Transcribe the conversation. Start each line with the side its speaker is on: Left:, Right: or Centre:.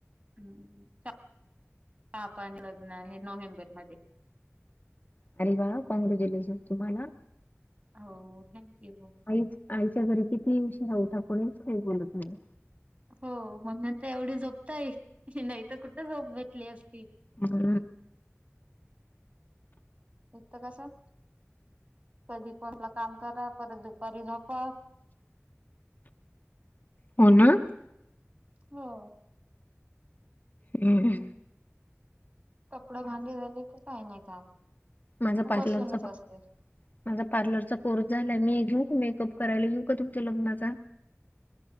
Right: हू हा पण लग्न आहे नोव्हेंबर मध्ये
Left: अरे वा काँग्रज्यूलेशन तुम्हाला
Right: हो थँक्यू
Left: आईच आईच्या घरी किती उशीरा उठा कोणीच काही बोलत नाही
Right: हो म्हणून तर एवढी झोपताय नाही तर कुठं झोप भेटली असती
Left: हू
Right: होत कसं कधी पणला काम करा परत दुपारी झोपा
Left: हो ना
Right: हो
Left: हू
Right: कपड भांडे झाली की काय नाही काम
Left: माझा
Right: म
Left: पार्लरचा
Right: बसूनच असते
Left: माझा पार्लरचा कोर्स झालाय मी घेऊ मेकअप करायला येऊ का तुमच्या लग्नाचा